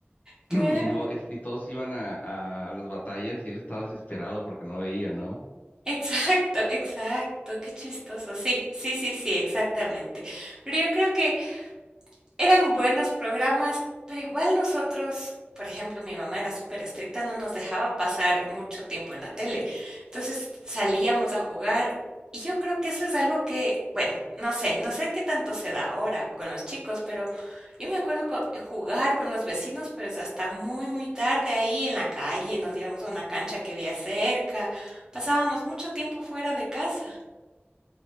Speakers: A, on the right; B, on the left.
A: Claro.
B: <clears throat> Y no, es- y todos iban a, a las batallas y él estaba desesperado porque no veía, ¿no?
A: Exacto, exacto. Qué chistoso. Sí, sí, sí, sí, exactamente. Pero yo creo que Eran buenos programas, pero igual nosotros, por ejemplo, mi mamá era súper estricta, no nos dejaba pasar mucho tiempo en la tele. Entonces salíamos a jugar y yo creo que eso es algo que, bueno, no sé, no sé qué tanto se da ahora con los chicos, pero yo me acuerdo co- eh, jugar con los vecinos, pero es hasta muy, muy tarde ahí en la calle, nos íbamos a una cancha que había cerca, pasábamos mucho tiempo fuera de casa.